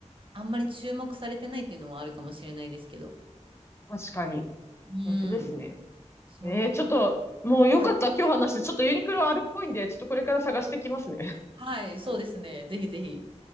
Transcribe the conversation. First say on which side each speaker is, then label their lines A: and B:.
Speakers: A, on the right; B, on the left.
A: あんまり注目されてないっていうのもあるかもしれないですけど。
B: 確かに。
A: うん。
B: 本当ですね。
A: そ、
B: えー、
A: その辺、
B: ちょっと、もうよかった。
A: はい。
B: 今日話して、ちょっとユニクロはあるっぽいんで、ちょっとこれから探してきますね。
A: はい、そうですね。ぜひぜひ。